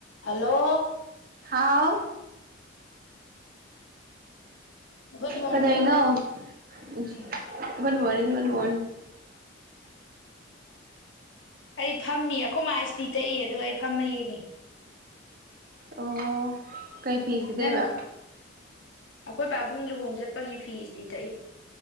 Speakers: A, on the left; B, on the right.
A: Hello
B: wow
A: good morning
B: ꯀꯔꯩꯅꯣ ꯨ
A: ꯎꯝ
B: ꯃꯣꯔꯅꯤꯡꯒꯨ morning
A: ꯑꯩ ꯐꯝꯃꯤ ꯑꯩꯈꯣꯏ ꯃꯥꯁꯇꯤ ꯇꯛꯏ ꯑꯗ ꯑꯩ ꯐꯝꯃ ꯌꯦꯡꯉꯤ
B: ꯑꯣ ꯀꯩ ꯐꯤ ꯁꯨꯗꯣꯏꯕ
A: ꯅꯪꯗꯤ ꯑꯩꯈꯣꯏ ꯄꯥꯕꯨꯡ ꯂꯨꯍꯣꯡ ꯆꯠꯄꯒꯤ ꯐꯤꯁꯗꯤ ꯊꯛꯏ